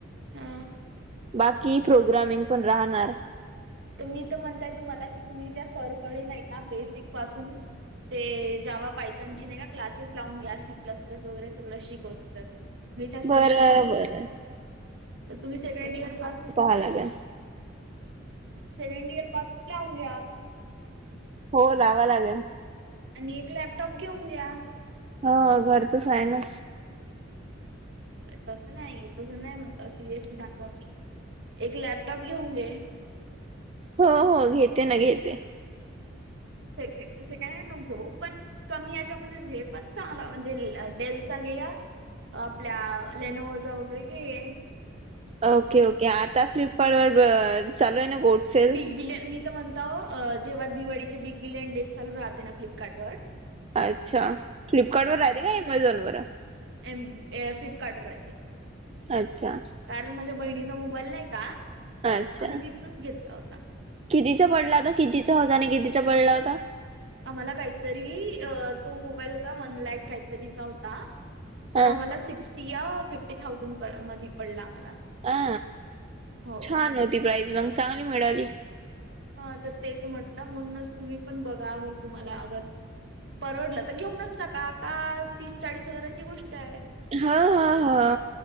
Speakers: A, on the right (about 60°); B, on the right (about 30°).
A: हां.
B: बाकी प्रोग्रामिंग पण राहणार.
A: तर मी तर म्हणताय तुम्हाला की तुम्ही त्या सरकडे नाही का बेसिक पासून ते जावा पायतांची नाही का क्लासेस लावून घ्या, सी प्लस प्लस वगैरे सगळं शिकवते तर मी त्या सरशी
B: बरं
A: बोलून
B: बरं
A: घेतो तर तुम्ही सेकंड इयर पासून-
B: आला काय?
A: सेकंड इयर पासून लावून घ्या.
B: हो लावा लागेल.
A: आणि एक लॅपटॉप घेऊन दया.
B: हो घरचच आहे ना.
A: तसं नाही तसं नाही म्हणता सिरियसली सांगातो मी एक लॅपटॉप घेऊन दे.
B: हो हो घेते ना घेते.
A: सेक सेकंड हँड न घेऊ पण- कमी याच्यामध्ये घे पण चांगला म्हणजे डेलचा घे या- आपल्या लेनओजा वगैरे घे.
B: ओके ओके आता फ्लिपकार्ट वर चालू आहे ना गोडसेल?
A: बित मी- म्हणतो जेव्हा दिवाळीचे बिग बिलियन डेज चालू राहते ना फ्लिपकार्ट वर त-
B: अच्छा फ्लिपकार्ट वर राहिला का अमेझॉन वर?
A: एम एयरफ्लिपकार्ट वर आहे ते.
B: अच्छा.
A: कारण माझ्या बहिणीचा मोबाईल नाही का
B: अच्छा
A: आम्ही तिथनच घेतला होता.
B: कितीचा पडला होता कितीचा होजने कितीचा पडला होता?
A: आम्हाला काहीतरी अ तो मोबाईल होता वन लॅक काहीतरीचा होता. तर
B: हा
A: आम्हाला सिक्स्टी या फिफ्टी थाउजंड मध्ये पडला आम्हाला.
B: अ
A: हो.
B: छान होती प्राईज मग चांगली मिळाली.
A: ह तर तेच म्हटलं म्हणूनच तुम्ही पण बघा अगर तुम्हाला अगर- परवडलं तर घेऊनच टाका का तीस चाळीस हजाराची गोष्ट आहे.
B: हा हा हा